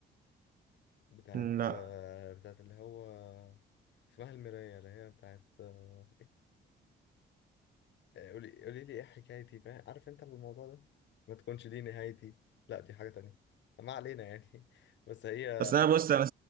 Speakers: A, on the left; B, on the right.
A: بتاعت
B: لا
A: آه، بتاعت اللي هو اسمها المراية اللي هي بتاعت آه، قولي قولي لي ايه حكايتي فاهم عارف انت الموضوع ده ما تكونش دي نهايتي لا دي حاجة تانية ما علينا يعني <laughs> بس هي
B: بس انا بص انا